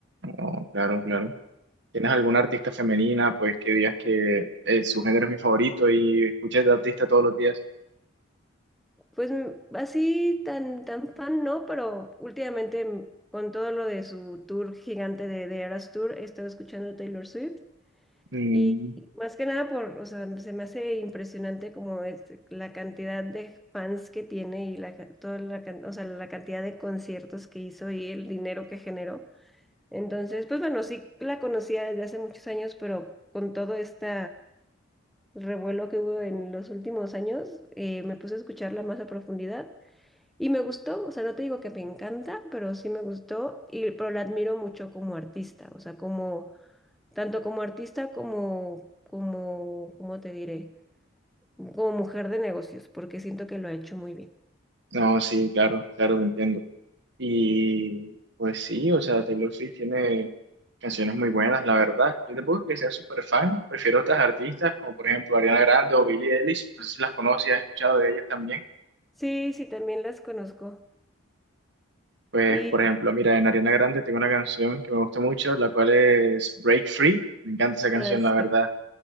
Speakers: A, on the right; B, in the centre.
A: Oh, claro, claro. ¿Tienes alguna artista femenina, pues que digas que eh, su género es mi favorito y escuchas de artista todos los días?
B: Pues mm, así tan, tan fan no, pero últimamente mm, con todo lo de su tour gigante de, de Eras Tour, he estado escuchando Taylor Swift
A: Mm.
B: Y más que nada por, o sea, se me hace impresionante como es la cantidad de fans que tiene y la, ca- toda la, can- o sea, la cantidad de conciertos que hizo y el dinero que generó. Entonces, pues bueno, sí la conocía desde hace muchos años, pero con todo este revuelo que hubo en los últimos años, eh, me puse a escucharla más a profundidad y me gustó, o sea, no te digo que me encanta, pero sí me gustó y pero la admiro mucho como artista, o sea, como tanto como artista como, como, ¿cómo te diré? Como mujer de negocios, porque siento que lo ha hecho muy bien.
A: No, sí, claro, claro, te entiendo. Y pues sí, o sea, Taylor Swift tiene canciones muy buenas, la verdad. Yo tampoco que sea súper fan, prefiero otras artistas como por ejemplo Ariana Grande o Billie Eilish, no sé si las conoces, has escuchado de ellas también.
B: Sí, sí, también las conozco.
A: Pues
B: Y
A: por ejemplo, mira, en Ariana Grande tengo una canción que me gusta mucho, la cual es Break Free. Me encanta esa canción,
B: ah,
A: la verdad.
B: sí,